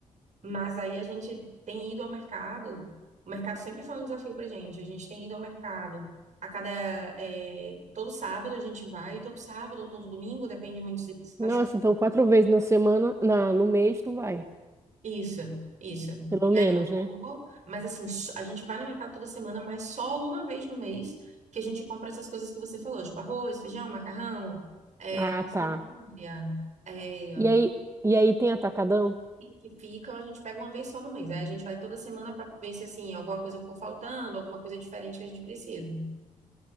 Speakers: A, on the right (about 60°); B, on the right (about 20°).
A: Mas aí a gente tem ido ao mercado. O mercado sempre foi um desafio pra gente. A gente tem ido ao mercado a cada. é, todo sábado a gente vai, todo sábado ou todo domingo, depende muito se, se tá
B: Nossa,
A: chovendo.
B: então quatro vezes na semana, na, no mês tu vai,
A: Isso, isso.
B: pelo
A: E
B: menos,
A: aí eu
B: né?
A: vou, mas assim, só- a gente vai no mercado toda semana, mas só uma vez no mês que a gente compra essas coisas que você falou, tipo arroz, feijão, macarrão, é,
B: Ah,
A: água sanitária,
B: tá.
A: é,
B: E aí, e aí tem atacadão?
A: que ficam, a gente pega uma vez só no mês. Aí a gente vai toda semana para ver se assim, alguma coisa ficou faltando, alguma coisa diferente que a gente precisa.